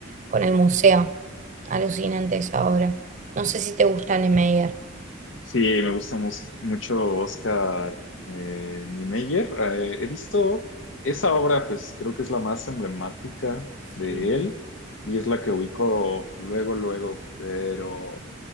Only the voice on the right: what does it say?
con el museo. Alucinante esa obra. No sé si te gusta Niemeyer.
Sí.